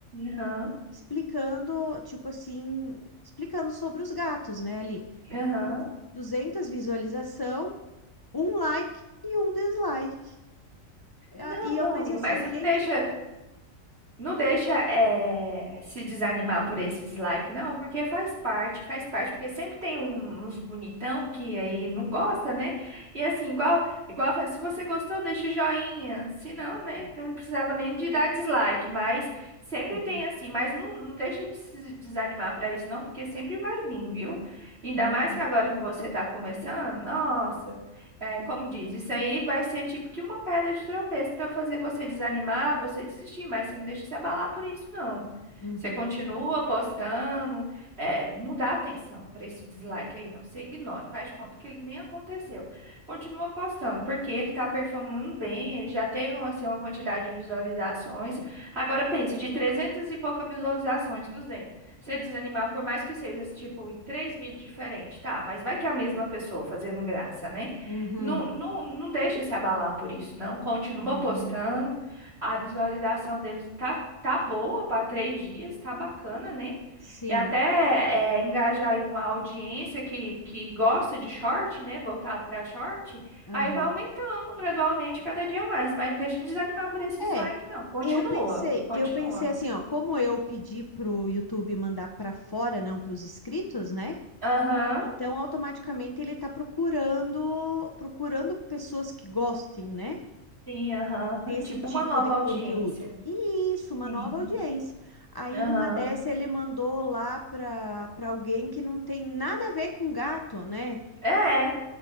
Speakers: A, on the right; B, on the left.
A: aham,
B: Explicando, tipo assim, explicando sobre os gatos, né, ali.
A: aham.
B: duzentas visualização um like e um dislike. Ah,
A: Não,
B: E
A: não,
B: eu pensei
A: amiga,
B: assim,
A: mas não
B: gente.
A: deixa. Não deixa eh, se desanimar por esse dislike, não, porque faz parte, faz parte, porque sempre tem um- uns bonitão que aí não gosta, né? E assim, igual, igual eu falei, se você gostou, deixa o joinha. Se não, né? Não precisava nem de dar dislike, mas sempre
B: Uhum,
A: tem assim, mas não, não deixa de se desanimar para isso, não, porque sempre vai vir, viu? Ainda
B: uhum,
A: mais que agora que você tá começando, nossa. É, como diz, isso aí vai ser tipo que uma pedra de tropeço para fazer você desanimar, você desistir, mas você não deixa se abalar por isso, não.
B: uhum,
A: Você continua postando, é, não dá atenção para esse dislike aí, não. Você ignora, faz de conta que ele nem aconteceu. Continua postando, porque ele tá performando bem, ele já teve um, assim, uma quantidade de visualizações. Agora pensa, de 300 e poucas visualizações, 200. Você desanimar, por mais que seja tipo em três vídeos diferentes, tá? Mas vai que é a mesma pessoa fazendo graça, né?
B: uhum,
A: Não, não, não deixa se abalar por isso, não. Continua
B: uhum.
A: postando. A visualização dele tá, tá boa para três dias, tá bacana, né?
B: Sim,
A: E até é, engajar aí numa audiência que, que gosta de short, né? Voltado para short.
B: aham.
A: Aí vai aumentando gradualmente cada dia mais. Mas não deixa de desanimar por esse dislike,
B: É,
A: não. Continua,
B: eu pensei,
A: continua.
B: eu pensei assim, ó, como eu pedi pro YouTube mandar pra fora, não pros inscritos, né?
A: Aham,
B: Então automaticamente ele tá procurando, procurando pessoas que gostem, né?
A: sim, aham.
B: desse
A: Tipo
B: tipo
A: uma nova
B: de conteúdo.
A: audiência.
B: E isso, uma
A: Sim.
B: nova audiência. Aí
A: Aham.
B: numa dessa ele mandou lá para para alguém que não tem nada a ver com gato, né?
A: É.